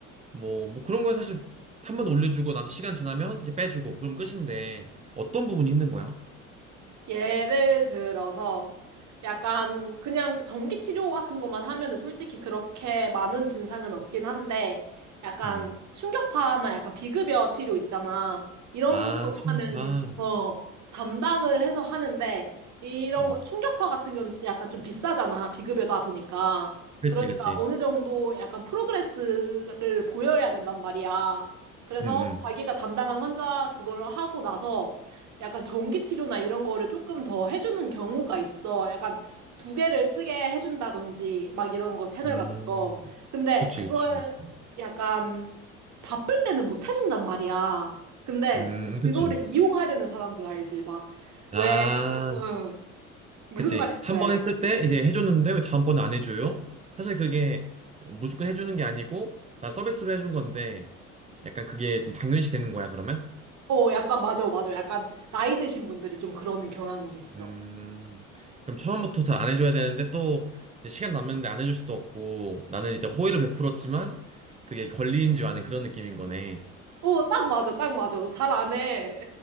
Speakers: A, on the right (about 15°); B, on the right (about 45°).
A: 뭐, 뭐 그런 거 사실 한번 올려주고 나 시간 지나면 이제 빼주고 그럼 끝인데 어떤 부분이 힘든 거야?
B: 예를 들어서 약간 그냥 전기 치료 같은 것만 하면은 솔직히 그렇게 많은 진상은 없긴 한데 약간
A: 음.
B: 충격파나 약간 비급여 치료 있잖아. 이런
A: 아,
B: 거를
A: 충격파.
B: 하면 어 담당을 해서 하는데 이런
A: 응.
B: 거 충격파 같은 경우는 약간 좀 비싸잖아. 비급여다 보니까.
A: 그치,
B: 그러니까
A: 그치.
B: 어느 정도 약간 프로그레스를 보여야 된단 말이야. 그래서
A: 응,
B: 자기가 담당한 환자 그걸 하고 나서 약간 전기치료나 이런 거를 조금 더 해주는 경우가 있어. 약간 두 개를 쓰게 해준다든지 막 이런 거 채널
A: 응. 음.
B: 같은 거. 근데
A: 그치,
B: 그걸
A: 그치, 무조건.
B: 약간 바쁠 때는 못 해준단 말이야. 근데
A: 음, 음, 그치.
B: 그거를 이용하려는 사람들 알지? 막 왜,
A: 아,
B: 어, 무슨
A: 그치.
B: 말인지
A: 한
B: 알겠지?
A: 번 했을 때 이제 해줬는데 왜 다음번에 안 해줘요? 사실 그게 무조건 해주는 게 아니고, 난 서비스로 해준 건데, 약간 그게 좀 당연시 되는 거야, 그러면?
B: 어, 약간 맞아, 맞아. 약간 나이 드신 분들이 좀 그러는 경향이 있어.
A: 음, 그럼 처음부터 잘 안 해줘야 되는데 또 이제 시간 남는데 안 해줄 수도 없고, 나는 이제 호의를 베풀었지만, 그게 권리인 줄 아는 그런 느낌인 거네.
B: 어, 딱 맞아, 딱 맞아. 너 잘 안 해.